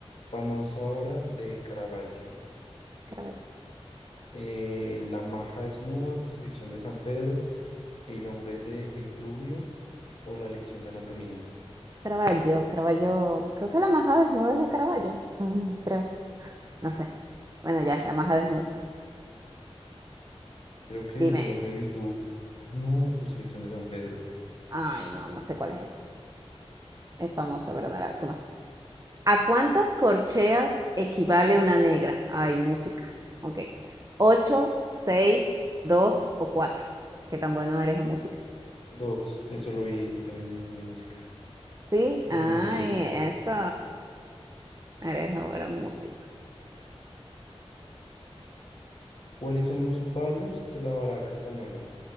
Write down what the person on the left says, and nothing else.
vamos ahora de Caravaggio.
Eh, la maja desnuda, crucifixión de San Pedro, El hombre de Vitruvio o la lección de anatomía.
Creo que
es el hombre de Vitruvio. No, crucifixión de San Pedro.
Dos, eso lo vi también en música,
en
el colegio.
¿Cuáles son los palos de la baraja española?